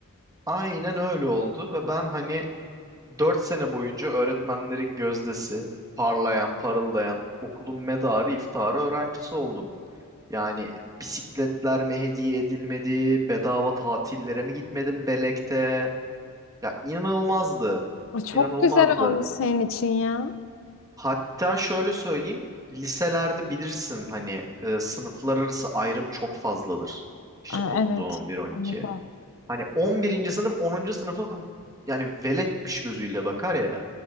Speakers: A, on the right; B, on the left.
A: Aynen öyle oldu ve ben hani 4 sene boyunca öğretmenlerin gözdesi, parlayan, parıldayan, okulun medarı, iftiharı öğrencisi oldum. Yani bisikletler mi hediye edilmedi? Bedava tatillere mi gitmedim Belek'te? Ya inanılmazdı.
B: E, Çok
A: İnanılmazdı.
B: güzel olmuş senin için ya.
A: Hatta şöyle söyleyeyim. Liselerde bilirsin hani e, sınıflar arası ayrım çok fazladır. İşte
B: E,
A: dokuz,
B: Evet.
A: on on bir on iki.
B: Evet,
A: Hani on birinci sınıf onuncu sınıfa yani veletmiş gözüyle bakar ya.